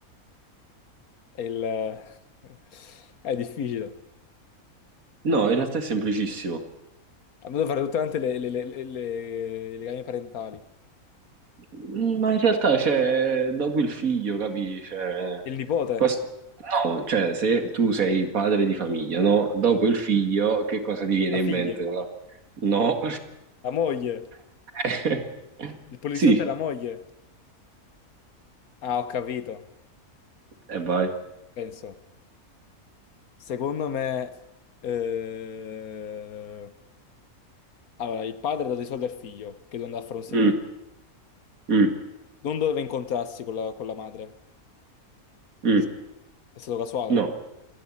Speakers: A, on the left (about 75°); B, on the right (about 65°).
A: è il- <laughs> è difficile.
B: No, in realtà è semplicissimo.
A: Abbiamo dovuto fare tutte quante le, le, le, le, le- le gambe parentali.
B: Mm, Ma in realtà, cioè, dopo il figlio, capi? Cioè,
A: Il nipote,
B: cos- no, cioè, se tu sei padre di famiglia, no? Dopo
A: la
B: il figlio, che cosa ti viene in
A: figlia,
B: mente? No. No.
A: la moglie,
B: <laughs>
A: il poliziotto
B: Sì.
A: e la moglie. Ah, ho capito,
B: E vai.
A: penso. Secondo me, eh, allora, il padre ha dato i soldi al figlio che doveva andare a fare un servizio.
B: Mm, mm,
A: Non doveva incontrarsi con la, con la madre,
B: mm.
A: giusto? È stato casuale,
B: No.